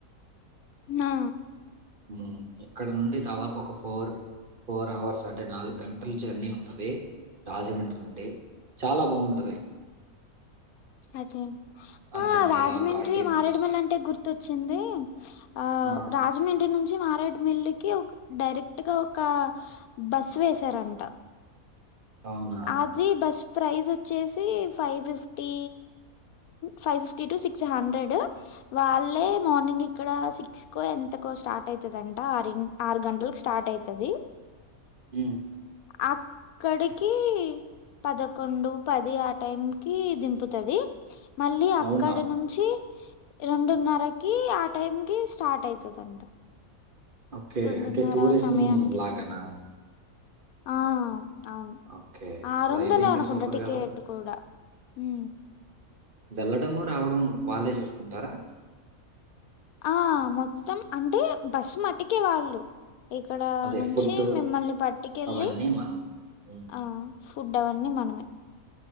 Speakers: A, on the left (about 80°); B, on the right (about 40°).
A: నా
B: ఉమ్ ఇక్కడ నుండి దాదాపు ఒక ఫోర్ ఫోర్ అవర్స్ అంటే నాలుగు గంటలు జర్నీ ఉంటది రాజమండ్రి నుండి చాలా బాగుంటది
A: అదే ఆ
B: జర్నీలో
A: రాజమండ్రి
B: ఘాటీ
A: మారేడుమల్లి
B: రోడ్స్.
A: అంటే గుర్తొచ్చింది అ
B: ఆ!
A: రాజమండ్రి నుంచి మారేడ్ మిల్లికి ఒక డైరెక్ట్ గా ఒక బస్ వేసారంట
B: అవునా?
A: అది బస్ ప్రైస్ వచ్చేసి five fifty five fifty to six hundred వాళ్ళే మార్నింగ్ ఇక్కడ సిక్స్ కో ఎంత కో స్టార్ట్ అయితదంట ఆరిం ఆరు గంటలకు స్టార్ట్ అయితది
B: ఉ
A: అక్కడిక్ కి పదకొండు, పది ఆ టైం కి దింపుతది మళ్ళీ అక్కడి
B: అవునా?
A: నుంచి రెండున్నరకి ఆ టైం కి స్టార్ట్ అయితదంట
B: ఓకే
A: రెండున్నర
B: అంటే టూరిజం
A: సమయానికి
B: లాగానా
A: స్టార్ట్ అయిత ఆ అవును
B: ఓకే.
A: ఆరు
B: అలా
A: వందలే
B: అయితే ఇంకా
A: అనుకుంటా
B: సూపర్
A: టికెట్
B: గదా!
A: కూడా ఉ
B: వెళ్లడము రావడము వాళ్ళే చూసుకుంటారా
A: ఆ మొత్తం అంటే బస్సు మట్టుకే వాళ్ళు ఇక్కడ
B: అదే
A: నుంచి
B: ఫుడ్డు
A: మిమ్మల్ని పట్టుకెళ్ళి
B: అవన్నీ మనం. హ్మ్.
A: ఆ ఫుడ్ అవన్నీ మనమే